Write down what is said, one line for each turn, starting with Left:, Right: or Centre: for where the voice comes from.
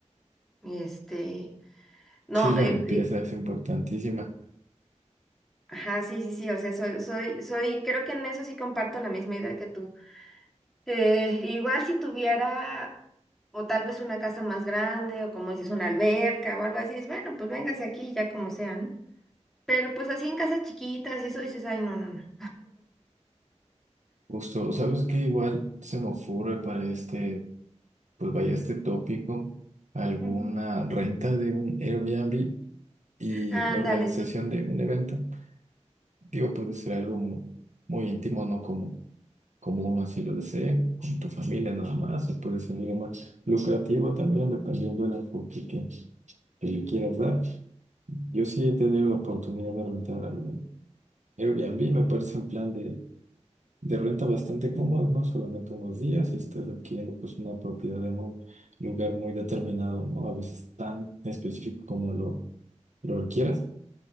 Centre: Este, no,
Right: Sí, la
Centre: eh,
Right: limpieza
Centre: eh,
Right: es importantísima.
Centre: ajá, sí, sí, sí, o sea, soy, soy, soy, creo que en eso sí comparto la misma idea que tú. Eh, igual si tuviera, o tal vez una casa más grande, o como dices, una alberca o algo así, dices, bueno, pues véngase aquí, ya como sea, ¿no? Pero pues así en casas chiquitas y eso dices, ay, no, no, no.
Right: Justo, ¿sabes qué? Igual se me ocurre para este Pues vaya este tópico, alguna
Centre: Ujú.
Right: renta de un Airbnb y
Centre: Ándale,
Right: la organización
Centre: sí.
Right: de un evento. Digo, puede ser algo muy, muy íntimo, no como, como uno así lo desee, con tu familia nada más, o puede ser algo más lucrativo también, dependiendo del enfoque que, que le quieras dar. Yo sí he tenido la oportunidad de rentar algún Airbnb, me parece un plan de de renta bastante cómoda, ¿no? Solamente unos días y estás adquiriendo pues una propiedad en un lugar muy determinado, ¿no? A veces tan específico como lo, lo requieras.